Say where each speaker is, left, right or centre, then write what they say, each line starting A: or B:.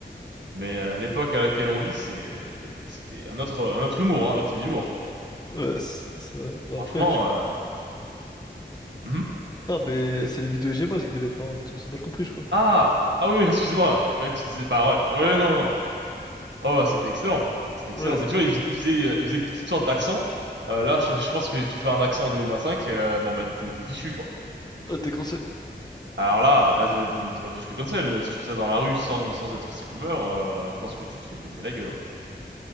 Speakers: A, on the right; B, on the left.
A: Mais euh, l'époque à laquelle on vit, c'est, euh, c'était un autre, un autre humour, hein, un autre type d'humour.
B: Ouais, c'est c'est vrai. Bah
A: Franchement,
B: après, tu... co-
A: euh, mhm.
B: Non, mais c'est les vidéos Gmod qui devaient être marrantes, on s'est mal compris, je crois.
A: Ah! Ah oui, oui, excuse-moi. Je croyais que tu disais par ref. Oui, non, non. Oh, bah, c'était excellent. C'était
B: Ouais,
A: excellent. Bah,
B: c'était...
A: tu vois, il, il faisait, euh, il faisait toutes sortes d'accents. Euh, là, je, je pense que tu fais un accent en 2025, euh, bon, bah, t'es t'es fichu, quoi.
B: Ah, t'es cancel.
A: Alors là, ah, t'es t'es pas plus que cancel. Si tu fais ça dans la rue sans, sans être streamer, euh, je pense que tu te fais péter la gueule, hein.